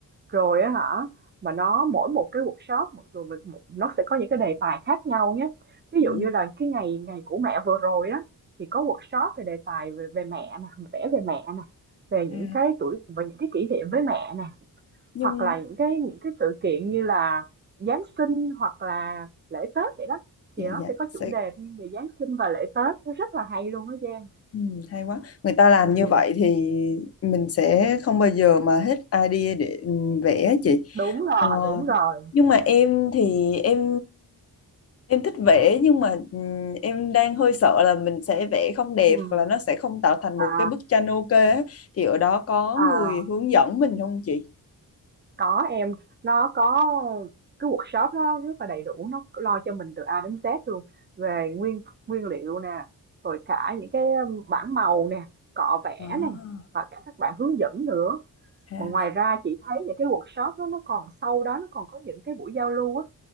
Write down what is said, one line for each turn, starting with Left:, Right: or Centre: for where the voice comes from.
Right: rồi á hả mà nó mỗi một cái workshop một- rồi một- một- nó sẽ có những cái đề tài khác nhau nhé ví
Left: ừ,
Right: dụ như là cái ngày ngày của mẹ vừa rồi đó thì có workshop về đề tài về về mẹ nè vẽ về mẹ nè về
Left: à,
Right: những cái tuổi về những cái kỷ niệm với mẹ nè
Left: Nhưng
Right: hoặc là những cái những cái sự kiện như là Giáng sinh hoặc là lễ Tết vậy đó,
Left: dạ
Right: thì nó
Left: dạ
Right: sẽ có
Left: sẽ
Right: chủ đề riêng về Giáng sinh và lễ Tết, nó rất là hay luôn á Giang.
Left: Ừ, hay quá. Người ta làm
Right: Ừm,
Left: như vậy thì mình sẽ không bao giờ mà hết idea để ừ, vẽ chị.
Right: đúng rồi,
Left: Ờ,
Right: đúng rồi.
Left: nhưng mà em thì em em thích vẽ nhưng mà ừ, em đang hơi sợ là mình sẽ vẽ không đẹp
Right: Ừm.
Left: hoặc là nó sẽ không tạo thành
Right: À,
Left: một cái bức tranh ok á. Thì ở đó có
Right: à.
Left: người hướng dẫn mình không chị?
Right: Có em, nó có cái workshop nó rất là đầy đủ, nó lo cho mình từ A đến Z luôn, về nguyên nguyên liệu nè, rồi cả những cái um, bảng màu nè, cọ vẽ
Left: À,
Right: nè, và cả các bạn hướng dẫn nữa.
Left: ha,
Right: mà ngoài ra chị thấy những cái workshop đó nó còn sau đó nó còn có những cái buổi giao lưu á